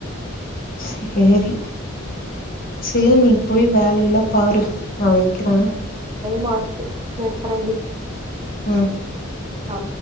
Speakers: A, on the left (about 45°); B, on the right (about 25°).
A: சேரி சேரி நீங் போய் வேலயிலா பாரு நா வெக்கிறே
B: மாச்சு வெக்கறேன்டி
A: ம்
B: ஆ